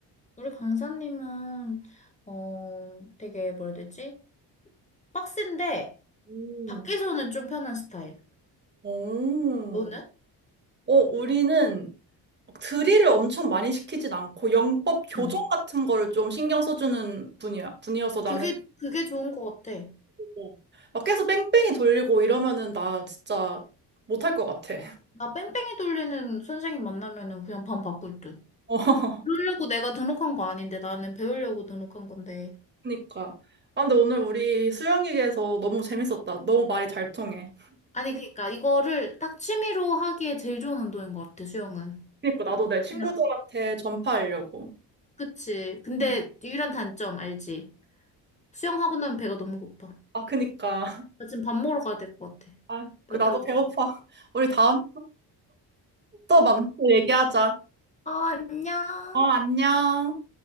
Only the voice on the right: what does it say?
음.
오.
어, 우리는 막 드릴을 엄청 많이 시키진 않고 영법 교정
같은 거를 좀 신경 써주는 분이야. 분이어서 나는
어. 막 계속 뺑뺑이 돌리고 이러면은 나 진짜 못할 것 같아.
<laughs> 어,
그니까. 아, 근데 오늘 우리 수영 얘기해서 너무 재밌었다. 너무 말이 잘 통해.
그니까 나도 내 친구들한테
전파하려고.
음.
아, 그니까. <laughs>
아, 그
나도
배고파. 우리 다음에 또 만나서 얘기하자.
어, 안녕.